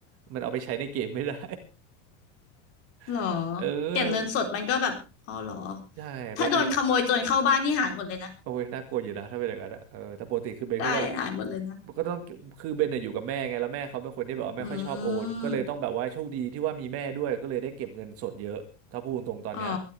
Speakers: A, on the right (about 40°); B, on the left (about 35°).
A: มันเอาไปใช้ในเกมไม่ได้
B: หรอ
A: <laughs> เออแล้ว
B: เก็บเงินสดมันก็แบบอ๋อหรอ
A: ใช่บางที
B: ถ้าโดนขโมยโจรเข้าบ้านนี่หายหมดเลยนะ
A: โอ้ยน่ากลัวอยู่นะถ้าเป็นอย่างนั้นอะเออแต่ปกติคือเบนก็จะ
B: ได้หายหมดเลยนะ
A: ก็ต้องคือเบนเนี่ยอยู่กับแม่ไงแล้วแม่เขาเป็นคนที่แบบว่าไม่ค่อยชอบโอนก็เลยต้องแบบว่าโชคดีที่ว่ามีแม่ด้วยก็เลยได้เก็บเงินสดเยอะถ้าพูดตรงๆตอนเนี้ย
B: อืมอ๋อ